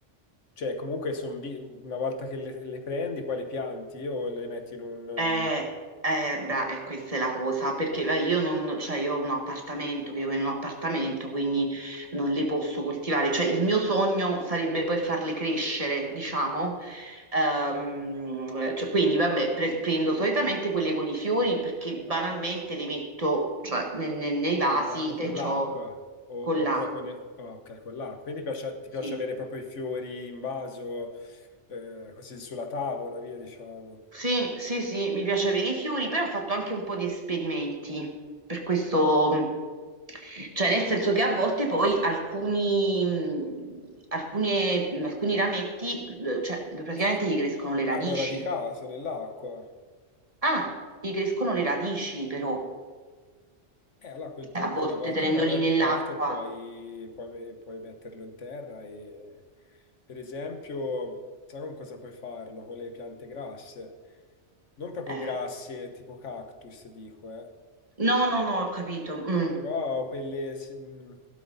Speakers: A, on the left; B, on the right.
A: Cioè, comunque, son vi- una volta che le, le prendi, poi le pianti o le metti in un...
B: Eh, eh, bra- e questa è la cosa, perché va- io non, cioè io ho un appartamento, vivo in un appartamento, quindi non le posso coltivare. Cioè, il mio sogno sarebbe poi farle crescere, diciamo. Ehm, cioè,
A: ehm,
B: quindi, vabbè, pre- prendo solitamente quelle con i fiori perché banalmente le metto, cioè, nel- nel- nei vasi
A: nel vaso con
B: e c'ho
A: l'acqua o,
B: con
A: o
B: l'acqua.
A: proprio ne- oh, ok, con l'acqua. Quindi piace- ti
B: Sì.
A: piace avere proprio i fiori in vaso, eh, così sulla tavola, via, diciamo.
B: Sì, sì, sì, mi piace avere i fiori, però ho fatto anche un po' di esperimenti, per questo, mh, cioè nel senso che a volte poi alcuni, mh, alcune- mh, alcuni rametti, eh, cioè praticamente
A: S-
B: gli crescono le radici.
A: Hanno radicato nell'acqua.
B: Ah, gli crescono le radici però,
A: E allora a quel punto,
B: eh, a Ah, volte
A: una volta
B: tenendoli
A: che ha radicato,
B: nell'acqua.
A: puoi, puoi- puoi metterlo in terra e, per esempio, sai con cosa puoi farlo? Con le piante grasse. Non proprio
B: eh.
A: grasse, tipo cactus, dico, eh.
B: No, no, no, ho capito. mm,
A: Però quelle, se- mh,